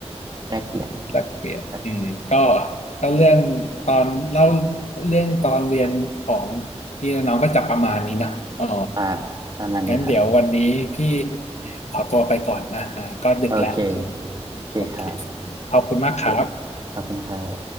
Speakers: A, on the right; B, on the left.
A: แลกเปลี่ยน
B: แลกเปลี่ยนอืมก็
A: แบบ
B: ก็เรื่องตอนเล่าเรื่องตอนเรียนของพี่และน้องก็จะประมาณนี้นะอ๋อ
A: มาประมาณนี้ครับ
B: งั้นเดี๋ยววันนี้พี่ขอตัวไปก่อนนะอ่าก็ดึกแล้วอืม
A: โอเคโอเคครับ
B: โอเคขอบคุณมากครับ
A: ขอบคุณครับ